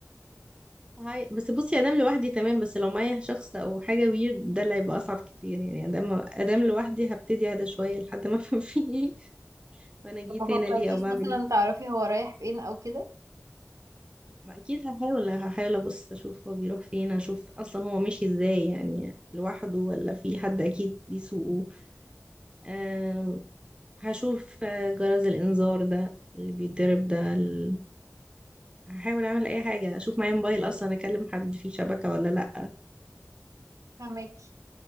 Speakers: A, on the right; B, on the right.
A: هاي بس بصي ادام لوحدي تمام بس لو معايا شخص او حاجه ويرد ده اللي هيبقى اصعب كتير يعني ادام ادام لوحدي هبتدي اهدى شويه لحد ما <laughs> افهم فيه ايه وانا جيت
B: طب ما
A: هنا
B: فكرتيش
A: ليه او بعمل
B: مثلا
A: ايه
B: تعرفي هو رايح فين او كده
A: ما اكيد هحاول هحاول ابص اشوف هو بيروح فين اشوف اصلا هو ماشي ازاي يعني لوحده ولا في حد اكيد بيسوقه أه هشوف آه، جرس الانذار ده اللي بيتضرب ده ال... هحاول اعمل اي حاجه اشوف معايا موبايل اصلا اكلم حد فيه شبكه ولا لا
B: فهماكي